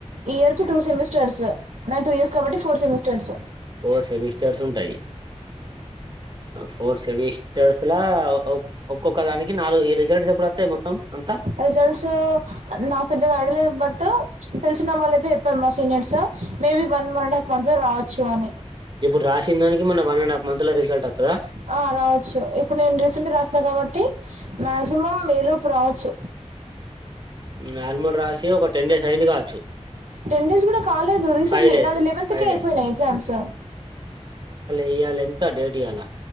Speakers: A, on the right; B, on the right.
A: ఇయర్కి టూ సెమిస్టర్స్ నా టూ ఇయర్ కాబట్టి ఫోర్ సెమిస్టర్స్
B: ఫోర్ సెమిస్టర్స్ ఉంటాయి. ఫోర్ సెమిస్టర్స్ లా ఓ ఒక్కొక్క దానికి నాలుగు ఈ రిజల్ట్స్ ఎప్పుడు వత్తై మొత్తం? అంతా
A: రిజల్ట్సూ నాకు పెద్దగా ఐడియా లేవ్. బట్ తెలిసిన వాళ్ళు అయితే చెప్పారు మా seniors, maybe one one and half month లో రావచ్చు అని.
B: ఇప్పుడు రాసిన దానికి మన వన్ అండ్ హాఫ్ మంత్ లో రిజల్ట్ వస్తుందా
A: ఆ రావచ్చు ఇప్పుడు నేను రీసెంట్గా రాస్ కాబట్టి మాక్సిమం మేలు ఇప్పుడు రావచ్చు
B: నేను ఆల్మోడ్ రాసి ఒక టెన్ డేస్ అయింది కావచ్చు
A: టెన్ డేస్ కూడా కాలేదు రీసెంట్లీ
B: ఫైవ్ డేస్
A: నాది లేవంత్కే
B: ఫైవ్ డేస్
A: అయిపోయినా ఎగ్జామ్స్
B: ఇయ్యాల ఎంత డేట్ ఇయ్యాల